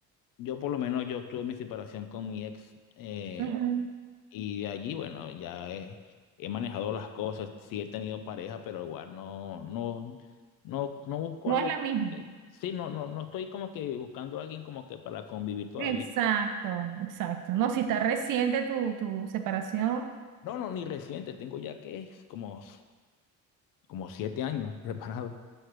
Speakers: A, on the left; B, on the right.
A: Yo por lo menos yo tuve mi separación con mi ex eh,
B: Ujú.
A: y de allí, bueno, ya he, he manejado las cosas, sí he tenido pareja, pero igual no, no, no, no busco
B: No
A: algo,
B: es la misma.
A: sí, no, no, no estoy como que buscando a alguien como que para convivir todavía.
B: Exacto, exacto. No, si está reciente tu, tu separación.
A: No, no, ni reciente, tengo ya que como, como siete años <laughs> preparado.